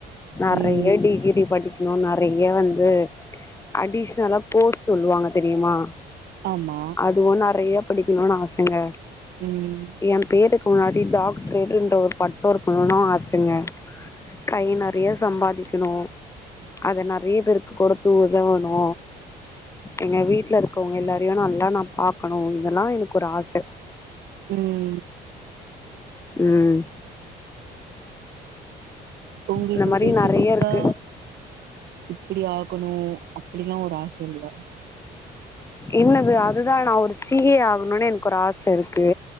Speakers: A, on the left; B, on the right.
A: நெறைய
B: ம்
A: டிகிரி படிக் இன்னு நெறைய வந்து அடிஷ்னலா போஸ்ட் சொல்லுவாங்க தெரியுமா
B: ஆமா
A: இன்னு நெறைய படிக்கணுனு ஆசைங்க
B: ம்
A: என் பேருக்கு முன்னாடி டாக் டர்ன்ற ஒரு பட்டோ இருக்கணுனு ஆசங்க கை நெறைய சம்பாரிக்கணு அத நெறைய பேருக்கு கொடுத் தூதா வேணு எங்க வீட்ல இருக்கவங்க எல்லாரையு நல்லா நா பாக்கணு இதெல்லா எனக்கு ஒரு ஆச
B: ம்
A: ம்
B: உங்களுக்கு
A: இந்த மாரி
B: பெசிபிக்கா
A: நெறைய இருக்கு
B: இப்டி ஆகணு அப்டிலா ஒரு ஆச இல்ல
A: என்னது அதுதா நான் ஒரு சீ ஏ ஆகணுனு எனக்கு ஒரு ஆச இருக்கு